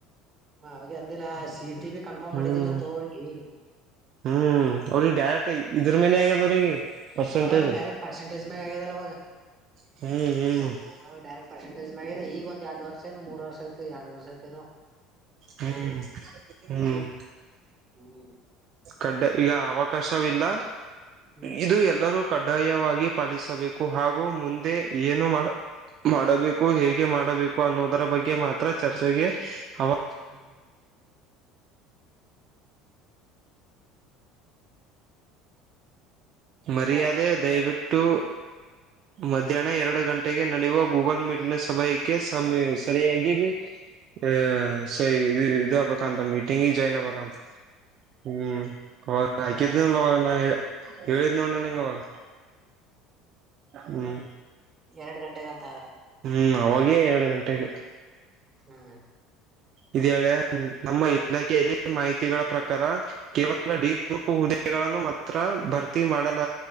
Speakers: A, on the right (about 30°); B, on the right (about 55°).
A: ಅವಿ ಅಂದಿಲ್ಲ ಸೀ ಟಿ ಬಿ ಕನ್ಫರ್ಮ್
B: ಹ್ಮ್
A: ಮಾಡಿದ್ದಿಲ್ಲ ಅ ತೋರ್ಗಿ.
B: ಹ್ಮ್ ಅವ್ರಿಗೆ ಡ್ಯರೆಟ್ ಇದ್ರ ಮೇಲೆ ಆಗ್ಯದ ಅವ್ರಗೆ ಪರ್ಸೆಂಟೇಜ್.
A: ಅವಾಗ ಡೈರೆಕ್ಟ್ ಪರ್ಸೆಂಟೇಜ್ ಮ್ಯಾಗ ಆಗ್ಯದಲ್ಲ
B: ಹ್ಮ್ ಹ್ಮ್.
A: ಅವ್ರಿಗ್ ಡೈರೆಕ್ಟ್ ಪರ್ಸಂಟೇಜ್ ನ್ ಈಗ ಒಂದ ಎರಡ್ ವರ್ಷ ಏನು ಮೂರ್ ವರ್ಷ ಆಯ್ತೋ ಎರಡು ವರ್ಷ ಐತೆೇನು.
B: ಹ್ಮ್ ಹ್ಮ್.
A: ಹ್ಮ್.
B: ಕಡ್ಡೆ ಈಗ ಅವಕಾಶವಿಲ್ಲ
A: ಹ್ಮ್
B: ಇದು ಎಲ್ಲವು. ಕಡ್ಡಾಯವಾಗಿ ಪಾಲಿಸಬೇಕು ಹಾಗು ಮುಂದೆ ಏನು ಮಾಡ. ಮಾಡಬೇಕು ಹೇಗೆ ಮಾಡಬೇಕು ಅನ್ನೋದರ ಬಗ್ಗೆ ಮಾತ್ರ ಚರ್ಚೆಗೆ ಅವ
A: ಹ್ಮ್.
B: ಮರ್ಯಾದೆ
A: ಹಲೋ
B: ದಯವಿಟ್ಟು ಮಧ್ಯಾಹ್ನ ಎರಡು ಗಂಟೆಗೆ ನಡೆಯುವ. ಗೂಗಲ್ ಮೀಟ್ ನ ಸಭಯ ಕ್ಕೆ ಸಮಿ ಸರಿಯಾಗಿ ಬಿ ಆ ಸರಿ ಇದ ಆಗಬೇಕು ಅಂತ ಮಿ ಮೀಟಿಂಗ ಜಾಯಿನ್ ಆಗ್ಬೇಕಂತ ಹ್ಮ ಅವಾಗ ಹಕಿದಿಲ್ಲ
A: ಎರಡ್ ಗಂಟೆಗೆ
B: ಅವಾಗ ನಾ. ಹೇಳಿದ್ ನೋಡ ನೀನಗ ಅವಾಗ ಹ್ಮ್.
A: ಎ ಎರಡ್ ಗಂಟೆಗಂತ.
B: ಹ್ಮ್ ಅವಾಗೇ ಎರಡ ಗಂಟೆಗೆ.
A: ಹ್ಮ್.
B: ಇದೇಳೇಳೆ ನಮ್ಮ ಇಲಾಖೆಯಲ್ಲಿ ಮಾಹಿತಿಗಳ ಪ್ರಕಾರ ಕೇವಲ
A: ಹ್ಮ್
B: ಡಿ. ಗ್ರೂಪ್ ಹುದ್ದೆಗಳನ್ನು ಮಾತ್ರ ಭರ್ತಿ ಮಾಡಲ